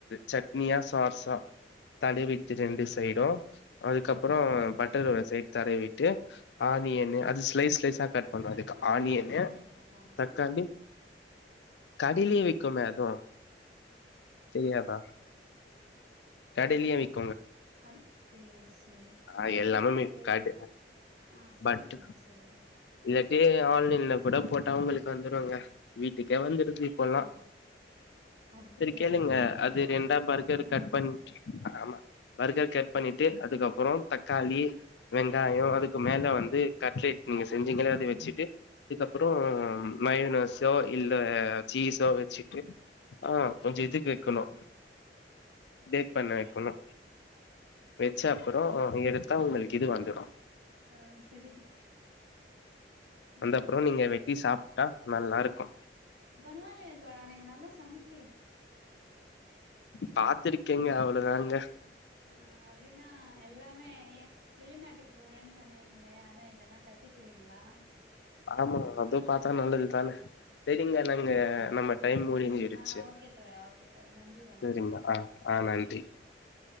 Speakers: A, on the left; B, on the right.
A: சட்னியா சாஸா தடவிட்டு ரெண்டு சைடூ அதுக்கப்புறோ
B: ம்
A: பட்டரோட சைட் தடவிட்டு ஆனியன் அது ஸ்லைஸ் ஸ்லைஸ் கட் பண்றாதுக்கு
B: தோழா தோழா
A: ஆனியன்னு
B: பட்டர் எங்க தோழா வாங்கணு
A: தக்காளி கடையிலயே
B: ம்
A: விக்குமே அதுவூ தெரியாத கடையிலே விக்
B: அதுத் சேரி செரி
A: ஆ
B: உம்மைலே
A: எல்லாமே
B: எனக்கு தெரியாது
A: கட
B: ஆஹ் சரி
A: பட்
B: தோ சரி தெ
A: இல்லாட்டி ஆன்லைன்ல கூட போட்டா அவங்களுக்கு வந்துருங்க வீட்டுக்கே வந்துரு இப்பொல்லா
B: ஆ அப்டியா
A: சரி கேளுங்க
B: வீட்டுக்கு
A: அது
B: வந்துடுதா
A: ரெண்டா பருக்கர்
B: ஆ
A: கட் பண்ட்டு ஆமா பர்கர் கட் பண்ணிட்டு அதுக்கப்புறோ தக்காளி வெங்காயோ
B: ம்
A: அதுக் மேல வந்து கட்லேட் நீங்க செஞ்சீங்கனா அத வச்சுட்டு இதுக்கப்புறோ மயனோஸோ இல்ல சீஸோ வெச்சிட்டு ஆ கொஞ்சொ இதுக்கு வைக்கணோ
B: ஆ
A: டேட்
B: செரி
A: பண்ண
B: தோழா
A: வைக்கணோ வச்ச அப்புறோ ஆஹ் எடுத்தா உங்களுக்கு இது வந்துரூ
B: ஆ சரி தோ ம்
A: அந்தப்புறோ நீங்க
B: செரி
A: வெட்டி சாப்பட்டா நல்லா இருக்கூ
B: பரவாயில்லயே தோழா நீங்க நல்லா சமைக்கிறீங்
A: பாத்துருக்கேங்க அவ்வளவுதாங்க
B: ஆ அப்டின்னா எல்லாமே ஏ வெளிநாட்டுக்கு போறேன் சொன்னீங்களே அதா இதெல்லா கத்துக்குறீங்களா
A: ஆமாங்க அதும் பாத்தா நல்லதுதான செரிங்க நங்க நம்ம டைம் முடிஞ்சிரிச்சு
B: ஆ ஓகே தோழா ஓகே தோழா நன்றி வணக்கம்
A: செரிங்க அ அ நன்றி